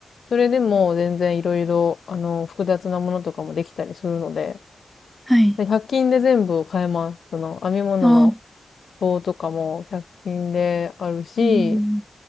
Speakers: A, on the left (about 80°); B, in the centre.
A: それでも全然いろいろ、あの、複雑なものとかもできたりするので、
B: あ、はい。
A: 100均で全部買えます。その編み物の
B: ああ、
A: 棒とかも100均であるし、
B: うん。